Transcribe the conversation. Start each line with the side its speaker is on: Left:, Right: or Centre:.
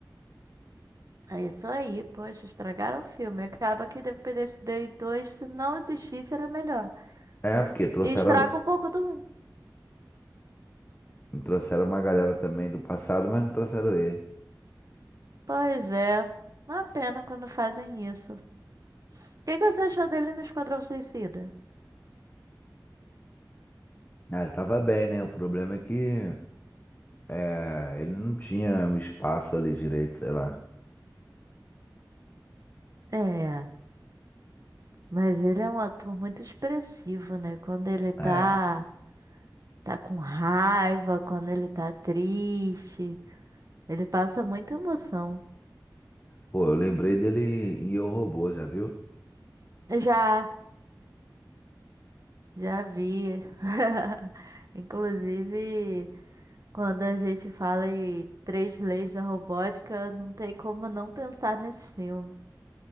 Right: É isso aí, poxa, estragaram o filme. Acaba que Independência Day 2 se não existisse, era melhor.
Left: É, porque trouxeram,
Right: E estraga um pouco do 1.
Left: trouxeram uma galera também do passado, mas não trouxeram ele.
Right: Pois é, uma pena quando fazem isso. O que que você achou dele no Esquadrão Suicida?
Left: Ah, ele tava bem, né? O problema é que é, ele não tinha um espaço ali direito, sei lá.
Right: É, mas ele é um ator muito expressivo, né? Quando ele tá,
Left: É.
Right: tá com raiva, quando ele tá triste, ele passa muita emoção.
Left: Pô, eu lembrei dele em Eu, Robô, já viu?
Right: Já Já vi. <laughs> Inclusive, quando a gente fala em três leis da robótica, não tem como não pensar nesse filme.